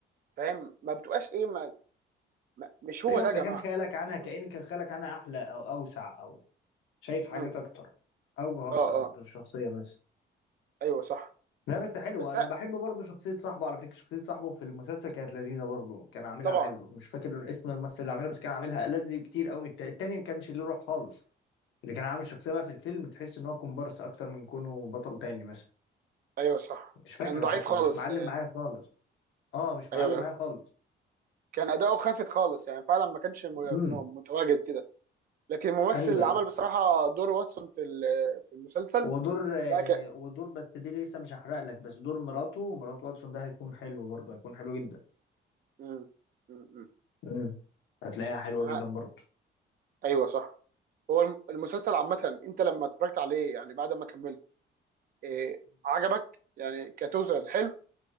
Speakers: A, on the right; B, on the left.
A: فاهم ما بتبقاش ايه ما ما مش هو
B: ايوه
A: ده
B: انت
A: يا جماعه
B: كان خيالك عنها
A: فاهم
B: كأن كان خيالك عنها احلى او اوسع او شايف حاجات
A: امم
B: اكتر اوجه اكتر
A: اه اه
B: للشخصيه مثلا
A: ايوه صح
B: لا بس حلو
A: بس
B: انا
A: لا
B: بحب برضه شخصيه صاحبه على فكره شخصيه صاحبه في المسلسل كانت لذيذه برضه كان عاملها
A: طبعا
B: حلو مش فاكر اسم الممثل اللي عاملها بس كان عاملها ألذ كتير قوي من التاني التاني ما كانش ليه روح خالص اللي كان عامل الشخصيه بقى في الفيلم تحس ان هو كومبارس اكتر من كونه بطل تاني مثلا
A: ايوه صح
B: مش فاكره
A: كان ضعيف
B: حتى
A: خالص
B: مش معلم معايا خالص اه مش
A: ايوه
B: معلم معايا خالص
A: كان اداؤه خافت خالص يعني فعلا ما كانش م-
B: امم
A: م- متواجد كده لكن الممثل
B: ايوه
A: اللي
B: ايوه
A: عمل بصراحه دور واتسون في ال- في المسلسل
B: ودور آه،
A: لا
B: ودور بس دي لسه مش هحرق لك بس دور مراته مرات واتسون ده هيكون حلو برضه هيكون حلو جدا
A: مم. مم.
B: مم. هتلاقيها حلوة
A: انا
B: جدا برضه
A: ايوه صح هو الم- المسلسل عامه انت لما اتفرجت عليه يعني بعد ما كملته إيه عجبك يعني كتوتال حلو